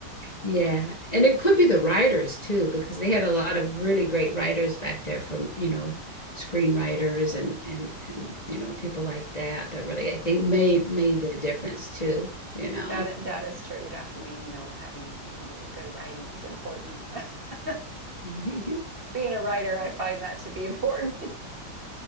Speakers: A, on the left; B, on the right.
A: Yeah. And it could be the writers too, because they had a lot of really great writers back there from, you know, screenwriters and and and you know, people like that that really I think made made a difference too, you
B: <laughs>
A: know.
B: that that is true definitely you know having you know good writing is important <laughs>
A: <laughs>
B: being a writer i find that to be important